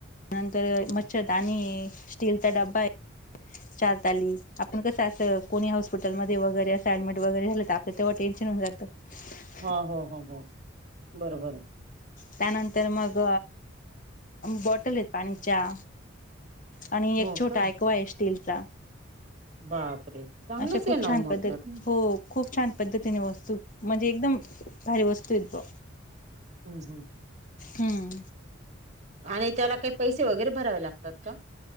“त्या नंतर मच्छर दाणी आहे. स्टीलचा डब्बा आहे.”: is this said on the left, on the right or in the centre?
Left